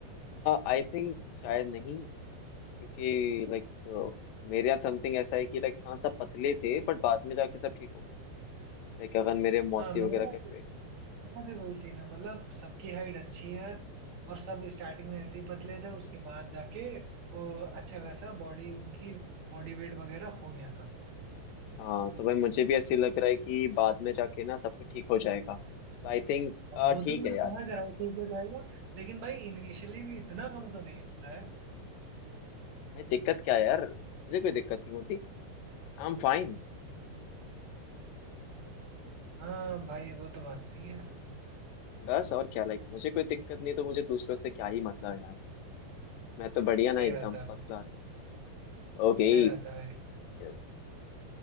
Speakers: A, on the left; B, on the right.
A: आई थिंक शायद नहीं क्योंकि लाइक मेरे यहाँ समथिंग ऐसा है कि लाइक हाँ सब पतले थे बट बाद में जाके सब ठीक हो गए। लाइक अगर मेरे मौसी
B: हाँ मेरे
A: वगैरह के पेट
B: मेरा भी वही सीन है मतलब सबकी हाइट अच्छी है और सब स्टार्टिंग में ऐसे ही पतले थे उसके बाद जाके वो अच्छा खासा बॉडी उनकी बॉडी वेट वगैरह हो गया था
A: हाँ तो भाई मुझे भी ऐसे लग रहा है कि बाद में जाके ना सब कुछ ठीक हो जाएगा तो आई थिंक
B: वो
A: ठीक
B: तो मैं
A: है यार
B: समझ रहा हूँ ठीक हो जाएगा लेकिन भाई इनिशियली भी इतना कम तो नहीं होता है
A: भाई दिक्कत क्या है यार मुझे कोई दिक्कत नहीं होती I am fine
B: हाँ भाई वो तो बात सही है
A: बस और क्या लाइक मुझे कोई दिक्कत नहीं तो मुझे दूसरों से क्या ही मतलब है यार मैं तो बढ़िया ना
B: सही
A: एकदम
B: बात है
A: फर्स्ट क्लास ओके
B: सही बात है भाई
A: यस